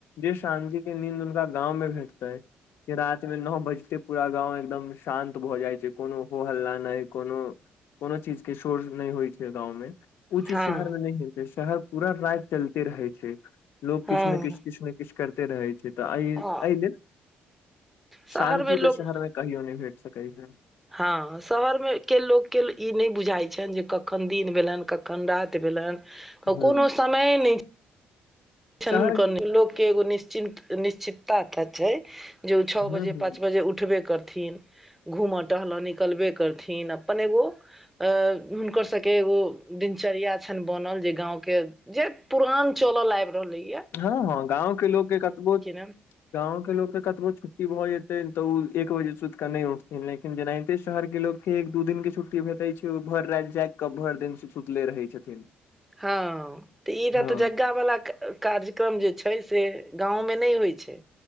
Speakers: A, on the left; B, in the centre.
A: जे शान्ति के नींद हुनका गाँंव मे भेटतै। की राति मे नौ बजते पूरा गाँंव एकदम शान्त भऽ जाइ छै, कोनो हो हल्ला नहि कोनो कोनो चीज के शोरज नहि होइ छैल गाँव मे, उ चीज
B: हँ
A: शहर मे नहि हेतै, शहर पूरा राति चलते रहै छै। लोक
B: हँ
A: किछु ने किछु, किछु ने किछु करिते रहै छै। तऽ अय
B: हँ
A: एहि लेल,
B: शहरमे
A: शान्ति
B: लोक
A: तऽ शहर मे कहियो नहि भेट सकै छै।
B: हँ शहरमे के लोकके ई नहि बुझाइ छनि, जे कखन दिन भेलनि कख खन राति भेलनि,
A: ह
B: कोनो समये नहि छन
A: शहर
B: हुनको लोक के एगो निश्चिन्त निश्चिन्ता त छै। जे ओ छओ
A: ह
B: बजे
A: ह
B: पाँच बजे उठबे करथिन। घूमय टहलय निकलबे करथिन अपन एगो अ हुनकर सबके एगो दिनचर्या छनि बनल जे गाँंवके जे पुरान चलल आयब रहले ये।
A: हँ हँ गाँंव के लोकके कतबो
B: हन
A: गाँंव के लोग त कतबो छुट्टी भऽ जेतेै तऽ उ एक बजे से सुतिकऽ नइ उठथिन लेकिन जेनाहिते शहर के लोग कि एक दू दिन के छुट्टी भेटैत छै वो भर रायत जाग क भरि दिन सुतले रहै छथिन।
B: हँ तऽ ई त तऽ
A: हँ
B: रतजगावला के कार्यक्रम जे छै से गाँंव में नहि होइ छै